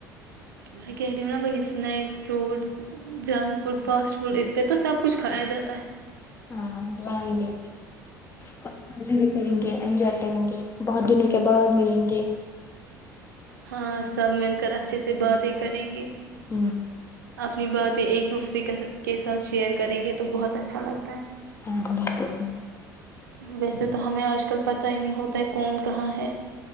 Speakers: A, on the right; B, on the left.
A: میں کہہ رہی ہوں نا وہی snacks fruits junk food fast food اس پہ تو سب کچھ کھایا جاتا ہے
B: ہاں لائیں گے اور مزے بھی کریں گے انجوائے کریں گے بہت دنوں کے بعد ملیں گے
A: ہاں سب مل کر اچھے سے باتیں کریں گے
B: ہوں
A: اپنی باتیں ایک دوسرے کے کے ساتھ شیئر کریں گے تو بہت اچھا لگتا ہے
B: ہاں بالکل
A: ویسے تو ہمیں آج کل پتا ہی نہیں ہوتا ہے کون کہاں ہے